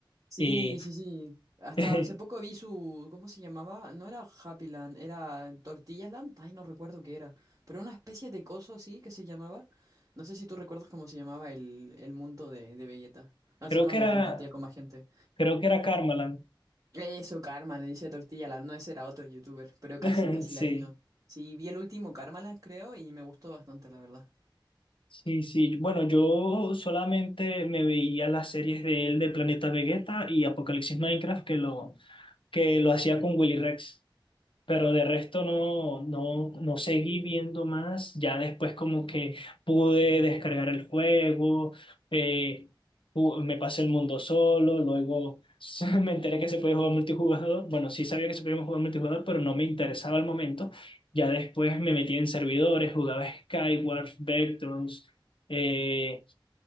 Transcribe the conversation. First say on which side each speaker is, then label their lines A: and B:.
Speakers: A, on the right (about 40°); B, on the left (about 80°).
A: Sí,
B: y
A: sí, sí. Hasta
B: <laughs>
A: hace poco vi su, ¿cómo se llamaba? No era Happy Land, era Tortilla Land. Ay, no recuerdo qué era. Pero una especie de coso así que se llamaba. No sé si tú recuerdas cómo se llamaba el, el mundo de, de Vegeta. Así
B: creo
A: cuando
B: que era,
A: compartía con más gente.
B: creo que era Karmaland,
A: Eso, Karma, le dice Tortilla Land. No, ese era otro youtuber, pero casi,
B: <laughs>
A: casi
B: sí.
A: latino. Sí, vi el último Karma Land, creo, y me gustó bastante, la verdad.
B: Sí, sí. Bueno, yo solamente me veía las series de él de Planeta Vegeta y Apocalipsis Minecraft que lo, que lo hacía con Willy Rex. Pero de resto no, no, no seguí viendo más. Ya después como que pude descargar el juego, eh, ju- me pasé el mundo solo, luego <laughs> me enteré que se podía jugar multijugador. Bueno, sí sabía que se podía jugar multijugador, pero no me interesaba al momento. Ya después me metí en servidores, jugaba Skyward, Vectrons, eh,